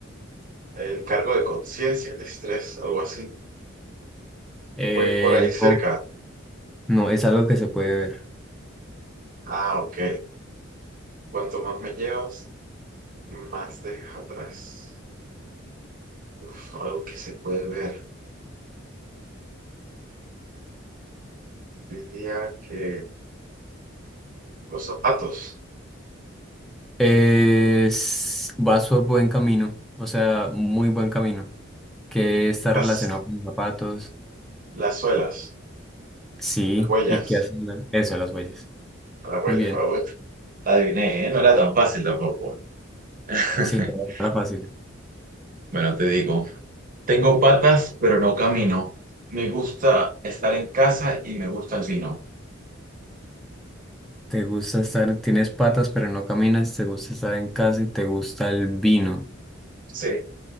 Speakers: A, on the right; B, in the centre.
A: El cargo de conciencia, el estrés, algo así.
B: Eh,
A: Voy por ahí cerca.
B: no, no, es algo que se puede ver.
A: Ah, ok. Cuanto más me llevas, más dejas atrás. Uf, algo que se puede ver. Diría que los zapatos,
B: Eh, es- vas por buen camino, o sea, muy buen camino, que está
A: las,
B: relacionado con zapatos.
A: las suelas,
B: Sí,
A: las huellas.
B: ¿y qué hacen? la- Eso, las huellas.
A: Las huellas,
B: Muy bien.
A: por favor. Adiviné, ¿eh? No era tan fácil tampoco. <laughs>
B: Sí, era fácil.
A: Bueno, te digo, tengo patas, pero no camino. Me gusta estar en casa y me gusta el vino.
B: ¿Te gusta estar, tienes patas pero no caminas, te gusta estar en casa y te gusta el vino?
A: Sí,